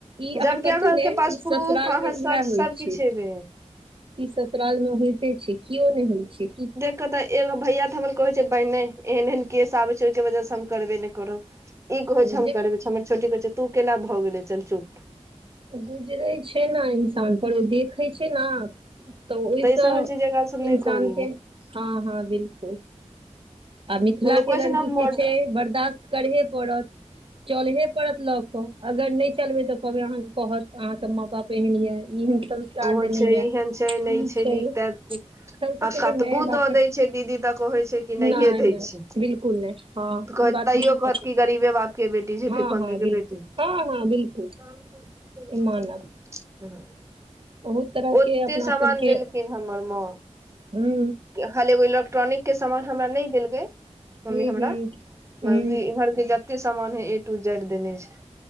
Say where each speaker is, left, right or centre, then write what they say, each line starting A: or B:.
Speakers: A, on the right; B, on the right.
A: ई
B: जबकि
A: अहां कतहु
B: अहाँके
A: ने
B: पास
A: ई
B: प्रूफ
A: ससुराल
B: अहाँ
A: मे
B: सच
A: इएह होइ
B: सब किछ
A: छैय
B: हेबे
A: ई ससुराल मे होइते छैय किओ नहि होइ छैय की।
B: ते एगो भैया तऽ हमर कहे छैय बाय न एहन एहन केस आबे छैहि के वजह से हम करबे ने। करब ई कहे छैय हम
A: जे
B: करबै हमर छोटी कहेय छैय तू केना भऽ गेले चल चुप।
A: गुजरैय छैय न इंसान पर ओ देखैय छैय न। तऽ ओहि
B: ई
A: स
B: सब होइ छै जे एकरा सब नहि
A: इंसान
B: करी
A: के हं हं बिलकुल। आ मिथिला
B: लोक
A: के
B: कहै
A: लड़की
B: छै ने मॉड
A: के छैय बर्दाश्त करहे पड़त चलहे पड़त लऽ क। अगर नहि चलबेै तऽ कहबै अहां के कहत अहां के मां बाप एहन ये इ हम। संस्कार
B: ओहन
A: देने
B: छैप
A: यए
B: एहन छैय नइ
A: ई
B: छैय
A: छै
B: नीक तऽ।
A: सबसँ
B: आ
A: पहिले
B: कतबो
A: माय बाप
B: दऽ
A: पर
B: दैय छैय दीदी तऽ कहैय छैय कि नहिये
A: नहि
B: दैय
A: नहि
B: छैय।
A: बिलकुल नहि हँ
B: कहैत
A: ई बात
B: तैयो
A: हमहुँ
B: कहत
A: सब
B: की गरीबे बाप के बेटी छैय
A: हँ
B: भिख मंगे
A: हँ बिलकुल
B: के बेटी।
A: हँ हँ बिलकुल
B: पैघ छथिन
A: मानब
B: हूं हू।
A: बहुत तरहके
B: ओतेऽ
A: अपना
B: सामान
A: सबके
B: देलखिन हमर मां।
A: हूँ
B: खाली एगो इलेक्ट्रॉनिक के सामान हमरा नइ देलकैय मम्मी
A: हूँ
B: हमरा।
A: हूँ
B: घर
A: हूँ
B: के जते सामान अई ए टू जेड देने छैय